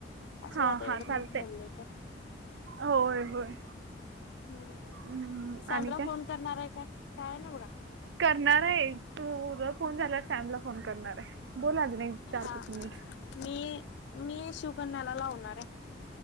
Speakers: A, on the left; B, on the right.
A: असू
B: हा
A: दे आता एवढं
B: हा चालतय
A: मिनट बोलय त
B: होय होय.
A: हम्म.
B: हम्म
A: सॅमला
B: आणि काय
A: फोन करणार आहे काय? काय नाई बगा.
B: करणार आहे एक तूज फोन झाल्यावर सॅमला फोन करणार आहे. बोल अजून एक चार
A: हा.
B: पाच मिनिट
A: मी मी शिकन्याला लावणार हाय.